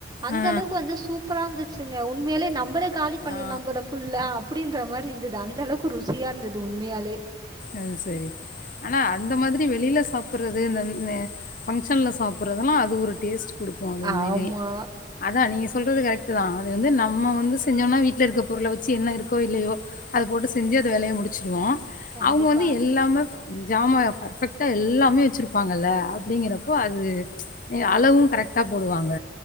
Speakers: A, on the right; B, on the left.
A: அந்தளவுக்கு
B: ஆ.
A: வந்து சூப்பரா இந்து ச்சுங்க உண்மேலே நம்பளே காலி பண்ணிர்லாம்
B: ஆ.
A: போல ஃபுல்லா அப்புடின்ற மாரி இருந்துது அந்தளவுக்கு ருசியா இந்தது உண்மையாலே
B: ம் சரி ஆனா அந்த மாதிரி வெளில சாப்புறது இந்தன்னே ஃபங்க்ஷன்ல சாப்புறதுலா அது ஒரு டேஸ்ட்டு குடுக்கு அது உண்மேலே
A: ஆமா.
B: அதா நீங்க சொல்றது கரெக்ட்டுதா அது வந்து நம்ம வந்துஸ் செஞ்சோம்னா வீட்ல இருக்க பொருள வச்சு என்ன இருக்கோ இல்லயோ அத போட்டு செஞ்சு அது வேலய முடிச்சிருவோ
A: கண்டிப்பா,
B: அவ்ங்க வந்து எல்லாமே ஜாமால பர்ஃபெக்ட்டா எல்லாமே வச்சிருப்பாங்கல்ல அப்டிங்கிறப்போ அது நீங்க அளவு கரெக்ட்டா போடுவாங்க